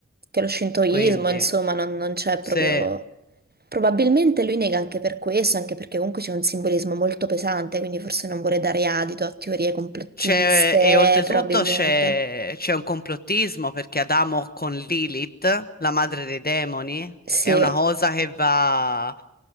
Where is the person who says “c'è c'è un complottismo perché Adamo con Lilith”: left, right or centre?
Left